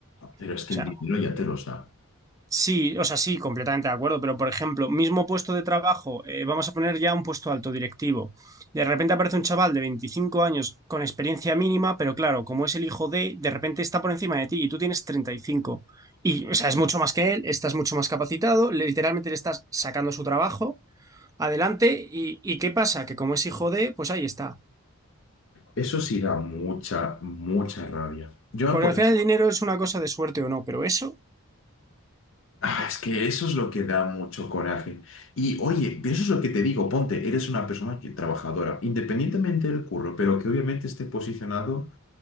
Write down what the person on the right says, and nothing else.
O
sea,
sí, o sea, sí, completamente de acuerdo, pero por ejemplo, mismo puesto de trabajo, eh, vamos a poner ya un puesto alto directivo. De repente aparece un chaval de 25 años con experiencia mínima, pero claro, como es el hijo de, de repente está por encima de ti y tú tienes 35. Y, cinco. Y, o sea, es mucho más que él, estás mucho más capacitado, literalmente le estás sacando su trabajo adelante y, y ¿qué pasa? Que como es hijo de, pues ahí está.
Porque
al final el dinero es una cosa de suerte o no, pero eso,